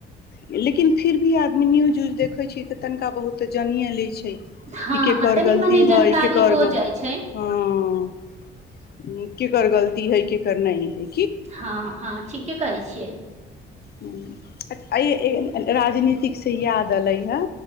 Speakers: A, on the left; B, on the right.
A: लेकिन फिर भी आदमी न्यूज उूज देखैत छीये तऽ तनिका बहुत तऽ जानिय लै छी
B: हँ
A: कि केकर
B: हँ तनी
A: गलती
B: मनी जानकारी
A: हय की कर
B: हो
A: ग
B: जाइ छै
A: हँ केकर गलती हय केकर नहि हय
B: हँ हँ ठीके कहैत छियै
A: हुँ ऐ ए राजनीतिक सँ याद अलै ह